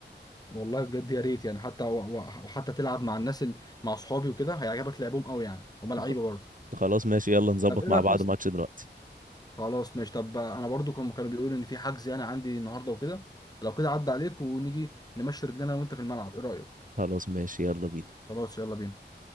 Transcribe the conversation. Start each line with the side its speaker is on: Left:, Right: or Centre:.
Left: والله بجد يا ريت يعني حتى و- و- وحتى تلعب مع الناس ال... مع اصحابي وكده هيعجبك لعبهم قوي يعني هما لعيبه
Right: خ-
Left: برضه
Right: خلاص ماشي يلا نظبط
Left: طب ايه
Right: مع
Left: رايك
Right: بعض
Left: مثلا
Right: ماتش دلوقتي
Left: خلاص ماشي طب انا برضو كانوا كانوا بيقولوا لي ان في حجز يعني عندي النهارده وكده لو كده عدى عليك ونيجي نمشي رجلنا أنا وانت في الملعب ايه رايك
Right: خلاص ماشي يلا بينا
Left: خلاص يلا بينا